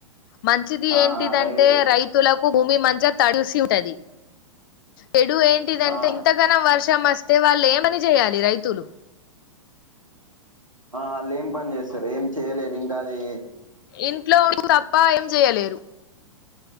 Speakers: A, on the left; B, on the right.
A: మంచిది
B: ఆ
A: ఏంటిదంటే
B: రైటే
A: రై తులకు భూమి మంచిగా తడిసి ఉంటది చెడు ఏంటిదంటే
B: ఆ
A: ఇంతగానం వర్షం వస్తే వాళ్ళు ఏమని చేయాలి రైతులు
B: ఆ ఆళ్ ఏం పని చేస్తరు ఏం చేయలేరు ఇంకా అదీ
A: ఇంట్లో <unintelligible> తప్ప ఏం చేయ్యలేరు